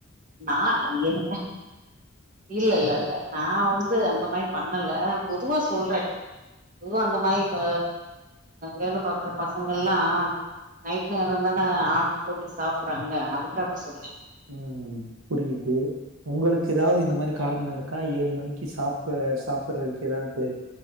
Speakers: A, on the right (about 40°); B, on the right (about 85°).
A: நா என் இல்ல இல்ல இல்ல நா வந்து அந்த மாரி பண்ணல பொதுவா சொல்றே பொதுவா அந்த மாரி இப்ப வேல பாக்கற பசங்கெல்லா நைட் நேரந்தான ஆர்டர் போட்டு சாப்படறாங்க அதுக்காக சொன்னே
B: ம் புரியுது உங்களுக்கு எதாவுது இந்த மாரி காரண இருக்கா ஏழு மணிக்கு சாப்ப சாப்படுறதுக்கு எதாவுது